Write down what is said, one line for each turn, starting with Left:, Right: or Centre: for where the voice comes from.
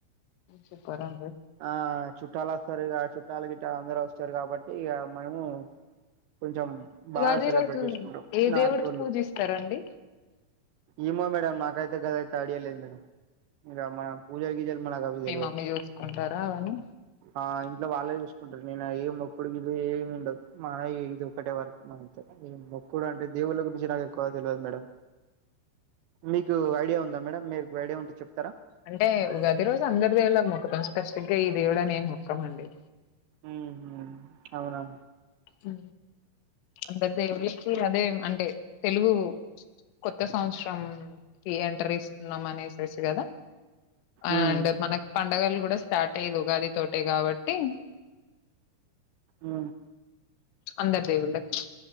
Left: సూపర్ అండి.
Right: ఆ చుట్టాలస్ సరిగా చుట్టాల గిట్టల్ అందరూ వస్తారు కాబట్టి ఇక మేము కొంచెం
Left: ఉగాది
Right: బాగాస్ సెలబ్రేట్
Left: రోజు
Right: చేసుకుంటాం
Left: ఏ
Right: నాటకోళ్ళు
Left: దేవుడికి పూజిస్తారండి?
Right: ఇమో మేడం నాకైతే గదయితే స్టాడ్ జేయలేదు మేడం ఇగ మనం పూజలు గీజలు మనకు అవి
Left: మీ
Right: తెలవదు
Left: మమ్మీ చూసుకుంటారా అవని
Right: ఆ ఇంట్లో వాళ్ళే చూసుకుంటరు నేను ఏ మొక్కుడు గిట్ల ఏం ఉండదు మాన ఇది ఒకటే వర్కు మా అంతె అది మొక్కుడు అంటే దేవుళ్ళ గురించి నాకు క్కువ తెలియదు మేడం మీకు ఐడియా ఉందా మేడం మీర్ ఐడియా ఉంటే చెప్
Left: అంటే ఉగాది రోజు అందరి దేవుళకు మొక్కుతాం స్పెసిఫిక్ గా ఈ దేవుడనేం మొక్కం అండి
Right: ఊ అవునా అండీ
Left: ఊ అంత దేవురించి అదే అంటే తెలుగు కొత్త సంవత్సరం కి ఎంటర్ ఇస్తున్నాం అనేసేసి కదా అండ్
Right: ఉమ్
Left: మనకు పండగలు కూడా స్టార్ట్ అయ్యేది ఉగాది తోటే కాబట్టి
Right: ఊ
Left: అందరి దేవుళ్ళకి